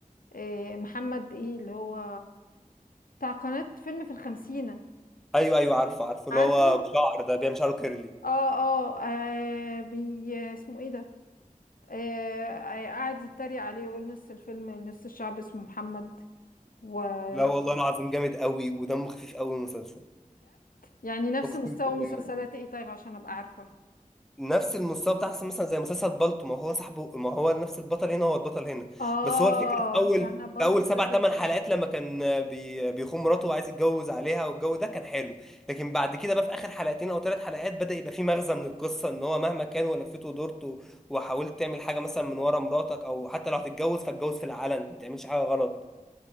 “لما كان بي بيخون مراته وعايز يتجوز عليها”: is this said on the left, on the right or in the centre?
Centre